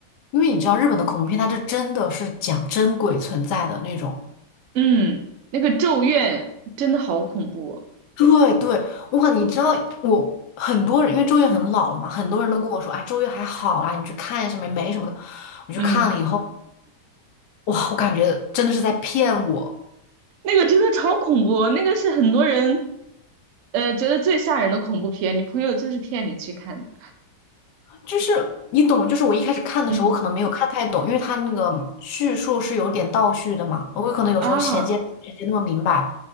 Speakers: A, on the left; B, on the right.
A: 因为你知道日本的恐怖片，它是真的是讲真鬼存在的那种。
B: 嗯，那个《咒怨》真的好恐怖哦
A: 对对，哇，你知道我很多人，因为周越很老了嘛，很多人都跟我说，哎，周越还好啦，你去看一下没没什么的。我去看了以后，
B: 嗯，
A: 哇，我感觉真的是在骗我。
B: 那个真的超恐怖哦，那个是很多人呃觉得最吓人的恐怖片，你朋友就是骗你去看的，
A: 就是你懂，就是我一开始看的时候，
B: 嗯
A: 我可能没有看太懂，因为它那个叙述是有点倒叙的嘛，我可能有时候衔接衔接那么明白。
B: 啊，